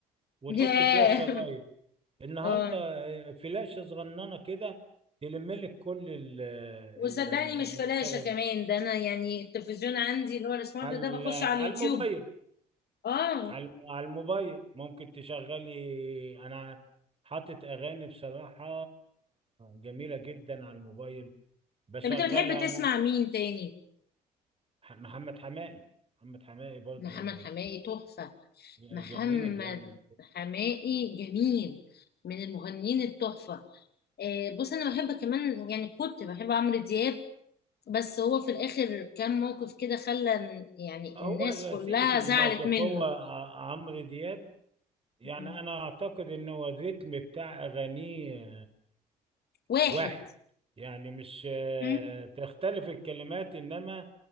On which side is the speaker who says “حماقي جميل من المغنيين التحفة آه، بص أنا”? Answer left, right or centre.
Left